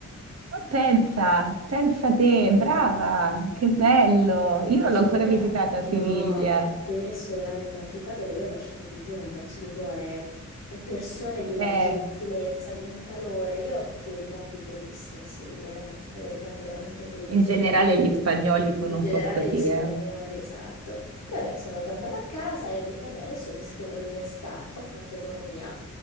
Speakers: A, on the right; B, on the left.
A: Ma pensa, pensa te, brava, che bello.
B: Una
A: Io non
B: città?
A: l'ho ancora visitata a Siviglia.
B: No, devi assolutamente una città dove io ho lasciato, ti giuro, un pezzo di cuore. Persone di una
A: Beh,
B: gentilezza, di un calore. Io ho dei ricordi bellissimi a Siviglia, veramente, dei ricordi veramente bellissimi.
A: in generale gli spagnoli sono
B: In generale
A: un po' così,
B: gli spagnoli,
A: eh.
B: esatto. Poi vabbè, sono tornata a casa e ho detto, vabbè, adesso mi iscrivo all'università, ho fatto economia.